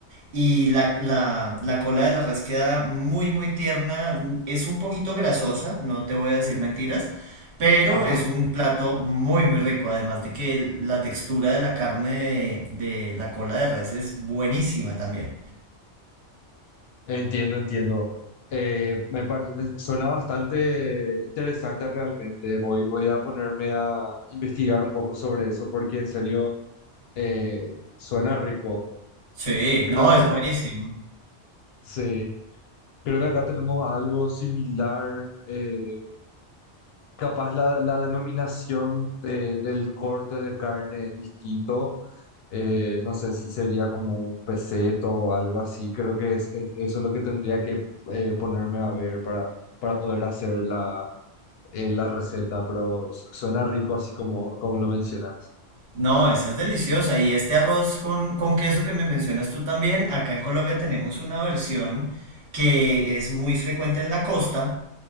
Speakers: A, on the right; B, on the left.
A: Y la, la, la cola de la res queda muy, muy tierna. Es un poquito grasosa, no te voy a decir mentiras, pero
B: Ajá,
A: es un plato muy, muy rico. Además de que la textura de la carne de, de la cola de res es buenísima también.
B: entiendo, entiendo. Eh, me, par- me suena bastante interesante realmente. Voy, voy a ponerme a investigar un poco sobre eso porque en serio eh, suena rico.
A: Sí,
B: Creo
A: no,
B: que
A: es
B: acá,
A: buenísimo.
B: sí, creo que acá tenemos algo similar. eh, capaz la, la denominación de- del corte de carne es distinto. eh, no sé si sería como un peseto o algo así. Creo que es, es- eso es lo que tendría que eh, ponerme a ver para, para poder hacer la, eh, la receta, pero su- suena rico así como, como lo mencionas.
A: No, esa es deliciosa. Y este arroz con, con queso que me mencionas tú también, acá en Colombia tenemos una versión que es muy frecuente en la costa,